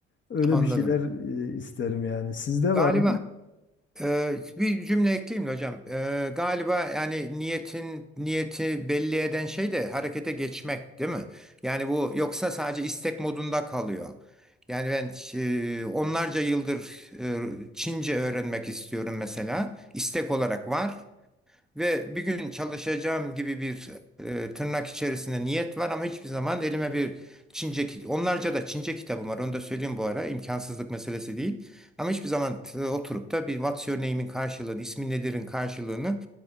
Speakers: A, on the left; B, in the centre.
A: öyle
B: Anladım.
A: bir şeyler e, isterim yani. Sizde
B: Galiba
A: var mı?
B: e, bir cümle ekleyeyim de hocam. E, galiba yani niyetin niyeti belli eden şey de harekete geçmek değil mi? Yani bu yoksa sadece istek modunda kalıyor. Yani ben e, onlarca yıldır e, Çince öğrenmek istiyorum mesela. İstek olarak var. Ve bir gün çalışacağım gibi bir e, tırnak içerisinde niyet var ama hiçbir zaman elime bir Çince, ki- onlarca da Çince kitabım var. Onu da söyleyeyim bu ara. imkansızlık meselesi değil. Ama hiçbir zaman t- oturup da bir what's your name'in karşılığını, ismin nedir'in karşılığını